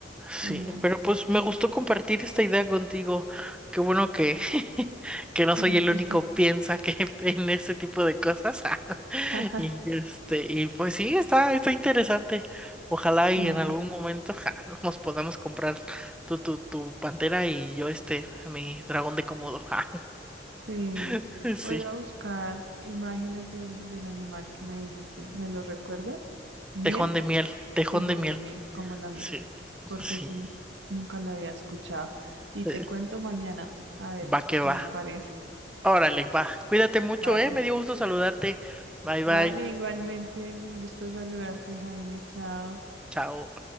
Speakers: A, in the centre; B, on the right.
A: Sí,
B: Sí,
A: pero pues me gustó compartir esta idea contigo. Qué bueno que, <laughs> que no
B: que
A: soy
B: nos
A: el
B: gustan.
A: único piensa que <laughs> en ese tipo de cosas. <laughs>
B: <laughs>
A: Y este, y pues sí, está, está interesante. Ojalá
B: Sí,
A: y en algún momento <laughs> ja, nos podamos comprar tu, tu, tu pantera y yo este, mi dragón de Komodo. ja.
B: sí.
A: <laughs> Sí.
B: Voy a buscar imágenes del, del animal que me dijiste. ¿Me lo recuerdas? Miel,
A: Tejón de miel, tejón
B: tejón
A: de miel.
B: de miel, como la miel.
A: Sí,
B: Porque
A: sí.
B: sí, nunca la había escuchado. Y
A: Eh,
B: te cuento mañana, a ver
A: Va que
B: qué
A: va.
B: me parece.
A: Órale, va. Cuídate mucho,
B: Vale,
A: ¿eh? Me dio gusto saludarte. Bye,
B: vale,
A: bye.
B: igualmente. Un gusto saludarte, Jaime. Chao.
A: Chao.